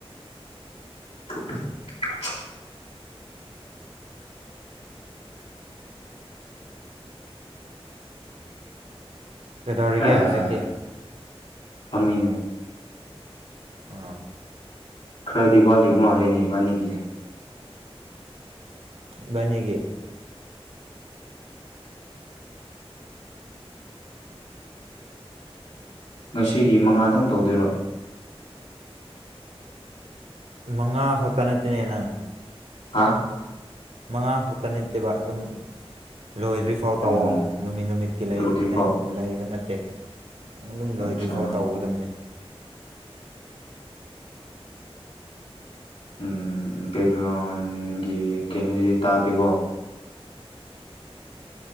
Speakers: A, on the left; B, on the right.
A: <unintelligible>
B: ꯀꯩꯗꯧꯔꯤꯒꯦ
A: ꯑꯦ
B: ꯍꯧꯖꯤꯛꯇꯤ
A: ꯐꯝꯃꯤꯅꯦ
B: ꯑ
A: ꯈꯔꯗꯤ ꯋꯥꯠꯂꯤꯕ ꯃꯥꯜꯂꯦꯅꯦ ꯏꯕꯥꯅꯤꯒꯤꯁꯦ
B: ꯕꯅꯤꯒꯤ
A: ꯉꯁꯤꯒꯤ ꯃꯉꯥꯗꯪ ꯇꯧꯗꯣꯏꯔꯣ
B: ꯃꯉꯥ ꯍꯛꯇ ꯅꯠꯇꯅꯦ ꯅꯪ
A: ꯍꯥꯥ
B: ꯃꯉꯥ ꯈꯛꯇ ꯅꯠꯇꯦꯕ ꯑꯗꯨꯝ ꯂꯣꯏꯗ꯭ꯔꯤꯐꯥꯎ
A: ꯑꯣ
B: ꯇꯧꯋ ꯅꯨꯃꯤꯠ ꯅꯨꯃꯤꯠꯀꯤ
A: ꯂꯣꯏꯗ꯭ꯔꯤꯀꯣ
B: ꯂꯩꯕ ꯅꯠꯇꯦ ꯅꯪ ꯂꯨꯝ ꯂꯣꯏꯗ꯭ꯔꯤꯐꯥꯎ
A: ꯑꯠꯆꯥ
B: ꯇꯧꯒꯗꯕꯅꯤ
A: ꯎꯝ ꯕꯦꯛꯒ꯭ꯔꯥꯎꯟꯒꯤ ꯀꯩꯅꯣꯁꯤꯗꯤ ꯇꯥꯗꯦꯀꯣ